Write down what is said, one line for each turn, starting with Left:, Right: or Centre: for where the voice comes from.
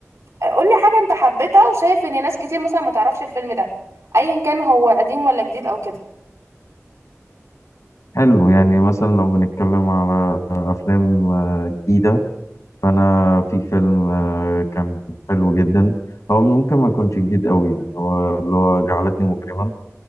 Right: آه، قولي حاجة انت حبيتها وشايف ان ناس كتير مثلا ما تعرفش الفيلم ده ايا كان هو قديم ولا جديد او كده
Left: حلو يعني مثلا لو بنتكلم على أفلام آه، جديدة فانا في فيلم آه، كان حلو جدا هو ممكن ما يكونش جديد قوي يعني هو اللي هو جعلتني مجرما